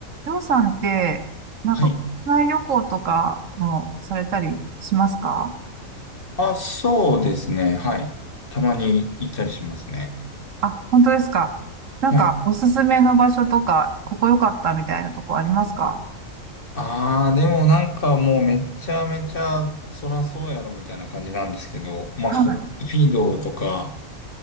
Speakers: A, on the right; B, on the left.
A: りょうさんって、なんか、
B: はい。
A: 国内旅行とかもされたりしますか
B: あ、そうですね。はい。たまに行ったりしますね。
A: あ、本当ですか。なんか、
B: はい。
A: おすすめの場所とか、ここ良かったみたいなとこありますか
B: ああ、でもなんかもうめちゃめちゃそらそうやろみたいな感じなんですけど、まあ、
A: はい。
B: 北海道とか、